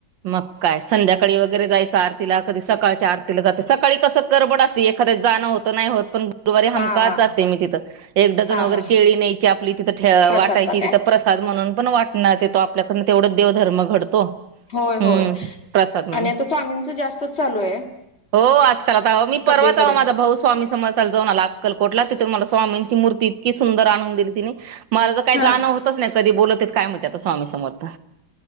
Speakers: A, on the right (about 75°); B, on the left (about 35°).
A: मग काय संध्याकाळी वगैरे जायचं आरतीला कधी सकाळच्या आरतीला जाते सकाळी कसं करबड असते एक च जाणं होत नाही होत पण गुरुवारी
B: हा
A: हमकाच
B: हा
A: जाते मी तिथं एक डझन
B: हा
A: वगैरे
B: हा
A: केळी नयची आपली तिथं
B: प्रसादला
A: वाटायची
B: काय
A: तिथं प्रसाद म्हणून पण वाटणार येतो आपल्याकडनं तेवढं देवधर्म घडतो
B: होय होय
A: हम्म प्रसाद म्हणून.
B: आणि आता स्वामींच जास्तच चालू आहे
A: हो आजकाल आता मी
B: सगळीकडे
A: परवाचो माझा भाऊ स्वामी समजला जाऊनला अकलकोटला तिथून मला स्वामी मूर्ती इतकी सुंदर आणून दिली तिने मला ज काही
B: हा
A: जाणव होतच नाही कधी बोलत कायणत आता स्वामी समर्थ